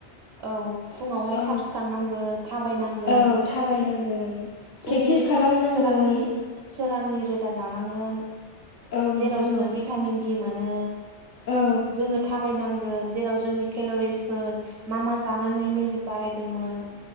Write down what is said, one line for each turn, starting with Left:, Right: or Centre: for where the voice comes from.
Right: औ फुङावहाय
Left: औ
Right: थाब सिखांनां- गोन थाबायनांगोन
Left: औ थाबायनांगोन
Right: फुंनि
Left: प्रेक्टिस खालामनांगोन
Right: सोरांनि सोरांनि रोदा जानांगोन
Left: औ नोंथां
Right: जेराव जोङो
Left: औ
Right: भिटामिन दि मोनो
Left: औ
Right: जोङो थाबायनांगोन जेराव जोंनि केल'रिसफोर मा मा जानानै मेजेम बारायदोंमोन